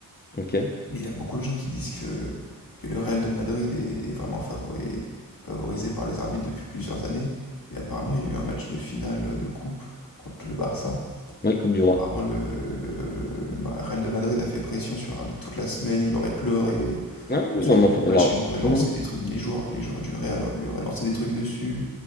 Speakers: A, on the left; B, on the left.
A: ok.
B: Mais il y a beaucoup de gens qui disent que, que le Real de Madrid est, est vraiment favori- favorisé par les arbitres depuis plusieurs années. Et apparemment, il y a eu un match de finale euh, de coupe contre le Barça.
A: Oui, Coupe du Roi.
B: apparemment, le, le- le Ma- Real de Madrid a fait pression sur l'arbitre toute la semaine. Il aurait pleuré.
A: Ah, oui,
B: Ensuite,
A: non, mais
B: pendant
A: en fait,
B: le match,
A: alors,
B: il lui aurait lancé
A: hmm.
B: des trucs. Les joueurs, les joueurs du Real lui auraient lancé des trucs dessus.